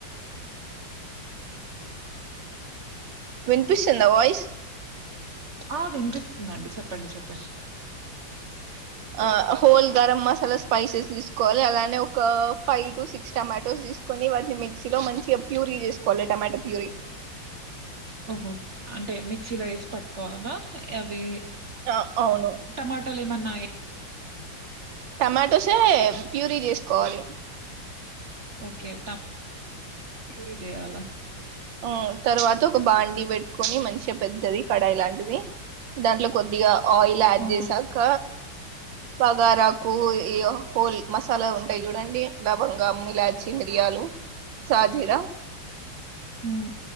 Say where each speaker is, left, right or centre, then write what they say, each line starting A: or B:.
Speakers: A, on the right; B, on the right.
A: విన్పిస్తుందా వాయిస్
B: ఆహ్ వినిపిస్తుందండి చెప్పండి చెప్పండి
A: ఆహ్ హోల్ గరం మసాలా స్పైసెస్ తీసుకోవాలి అలానే ఒక ఫైవ్ టు సిక్స్ టమాటోస్ తీసుకొని వాటిని మిక్సీలో మంచిగా ప్యూరీ చేసుకోవాలి టమాటో ప్యూరీ.
B: ఓహో అంటే మిక్సీలో ఏసి పట్టుకోవాలా అవి
A: ఆహ్ అవును
B: టమాటాలు ఏమన్నా
A: టమాటోసే ప్యూరీ చేసుకోవాలి
B: ఓకే ట ప్యూరీ చేయాలా
A: ఆహ్ తర్వాత ఒక బాండి పెట్టుకొని మంచిగా పెద్దది కడాయి లాంటిది దాంట్లో కొద్దిగా ఆయిల్ యాడ్
B: ఆ,
A: చేసాక బగారాకు ఇగో హోల్ మసాలా ఉంటాయి చూడండి లవంగం ఇలాచి మిరియాలు సాజీర
B: ఉమ్,